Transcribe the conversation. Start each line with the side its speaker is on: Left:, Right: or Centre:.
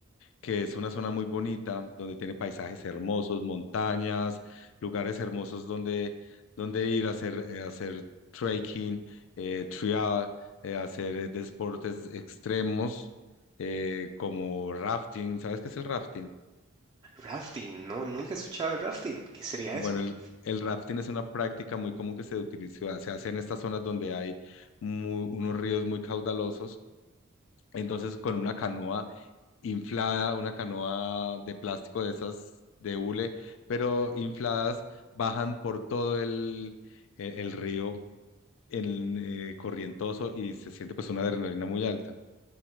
Left: que es una zona muy bonita, donde tiene paisajes hermosos, montañas, lugares hermosos donde, donde ir a hacer, eh, hacer trekking, eh, trial, eh, hacer eh, deportes extremos eh, como rafting. ¿Sabes qué es el rafting?
Right: Rafting, no, nunca he escuchado de rafting. ¿Qué sería
Left: Bueno,
Right: eso?
Left: el, el rafting es una práctica muy común que se utiliza, se hace en estas zonas donde hay mu- unos ríos muy caudalosos Entonces, con una canoa inflada, una canoa de plástico de esas de hule, pero infladas, bajan por todo el, el- el río en, eh, corrientoso y se siente pues una adrenalina muy alta